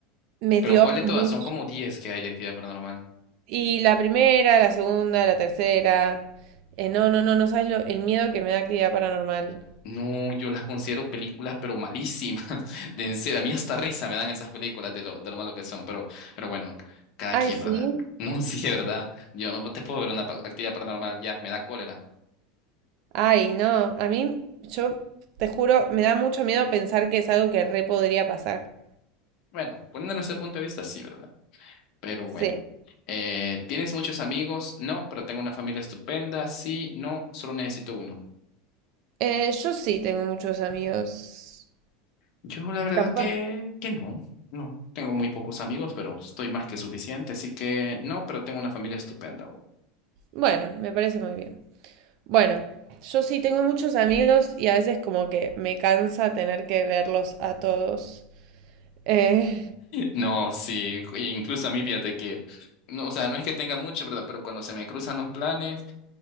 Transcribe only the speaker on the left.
Pero
¿cuál de
todas? Son como 10 que hay de actividad paranormal.
No, yo las considero películas, pero malísimas. <laughs> De en serio, a mí hasta risa me dan esas películas de lo, de lo malo que son, pero, pero bueno, cada
quien,
¿verdad? No, <laughs> sí, de verdad. Yo no te puedo ver una pa- actividad paranormal, ya, me da cólera.
Bueno, poniéndolo desde ese punto de vista, sí, ¿verdad? Pero bueno.
Eh, ¿tienes muchos amigos? No, pero tengo una familia estupenda. Sí, no, solo necesito uno.
Yo la verdad
que, que no, no. Tengo muy pocos amigos, pero estoy más que suficiente, así que no, pero tengo una familia estupenda.
No, sí, e incluso a mí fíjate que, no, o sea, no es que tenga mucho, ¿verdad? Pero cuando se me cruzan los planes,